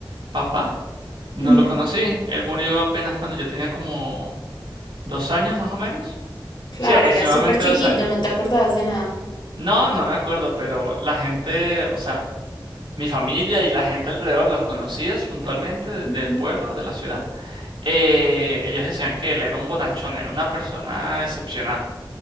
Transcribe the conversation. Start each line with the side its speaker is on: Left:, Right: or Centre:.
Right: papá, no
Left: Ujú.
Right: lo conocí. Él murió apenas cuando yo tenía como dos años más o menos.
Left: Claro,
Right: Sí, aproximadamente
Left: era súper chiquito,
Right: dos años.
Left: no te acordabas de nada.
Right: No, no me acuerdo, pero la gente, o sea, mi familia y la gente alrededor, los conocidos puntualmente de-
Left: Ujú.
Right: del pueblo, de la ciudad. eh, ellos decían que él era un bonachón, era una persona excepcional.